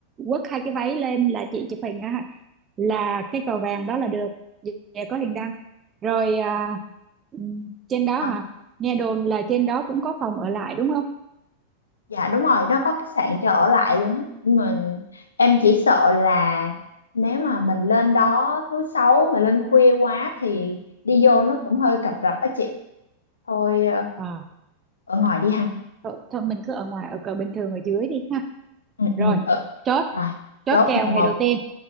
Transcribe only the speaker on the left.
ok
Dạ đúng rồi, nó có khách sạn cho ở lại luôn á. Nhưng mà em chỉ sợ là nếu mà mình lên đó thứ sáu mà lên khuya quá thì đi vô nó cũng hơi cập rập á chị. Thôi ờ,
ở ngoài đi ha.
Ừ,
ừ, ừ.
Rồi,
chốt
này
một.